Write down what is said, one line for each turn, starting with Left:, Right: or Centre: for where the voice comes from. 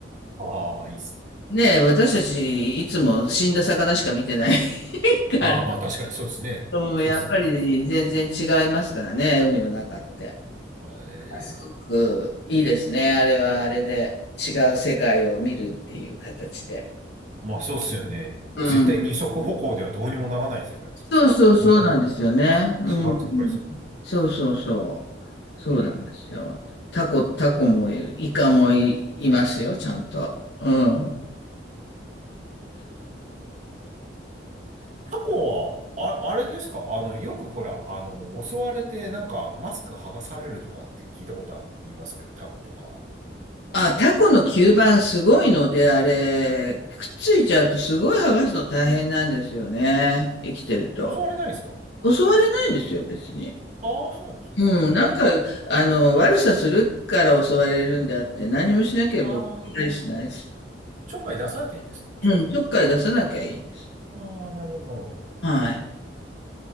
Right: ああ、いいっすね。
Left: ねえ、私たちいつも死んだ魚しか見てない
Right: ああ、
Left: から。
Right: まあ確かにそうですね。
Left: うん、
Right: そうですね、
Left: やっぱり全然違いますからね、
Right: そうですね。
Left: 海の中って。
Right: は
Left: あすごくいいですね、
Right: い。
Left: あれはあれで。違う世界を見るっていう形で。
Right: まあそうっすよね。
Left: うん。
Right: 絶対二足歩行ではどうにもならない世界ですからね。
Left: そうそうそうなんですよね。
Right: 本当に
Left: うん。
Right: 違う世界ですもんね。
Left: そうそうそう。そうなんですよ。
Right: ええ
Left: タコ、タコもいる、イカもい、いますよ、ちゃんと。うん。
Right: タコは、あ、あれですかあの、よくほら、あの、襲われてなんかマスク剥がされるとかって聞いたことありますけど、タコとか。
Left: あ、タコの吸盤すごいので、あれ、くっついちゃうとすごい剥がすの大変なんですよね。生きてると。
Right: 襲われないんですか
Left: 襲われないですよ、別に。
Right: ああ、そうなんですね。
Left: うん、
Right: と
Left: なんか、あの、悪さするから襲われるんであって、何もしなければ襲われたりしないし。
Right: ああ、ちょっかい出さなきゃいいんですね、こっちから。
Left: うん、ちょっかい出さなきゃいいんです。
Right: ああ、なるほど、なるほど。
Left: はい。